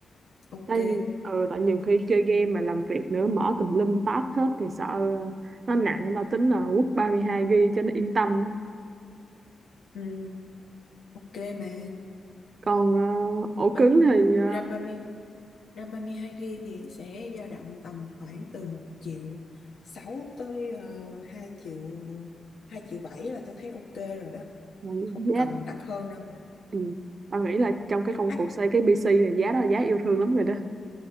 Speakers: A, on the left; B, on the right.
A: ok
B: tại, ừ, tại nhiều khi chơi game mà làm việc nữa mở tùm lum tab hết thì sợ nó nặng nên tao tính là quất 32GB cho nó yên tâm
A: ừ ok mà
B: còn ờ, ổ
A: băng
B: cứng thì ờ,
A: ram ba mươi ram ba mươi hai gb thì sẽ dao động tầm khoảng từ một triệu sáu tới uh, hai triệu hai triệu bảy là tôi thấy ok rồi đó
B: ừ,
A: không
B: giá
A: cần đắt hơn đâu
B: ừ. tao nghĩ là trong cái công
A: đắt
B: cuộc xây cái PC này giá đó là giá yêu thương lắm rồi đó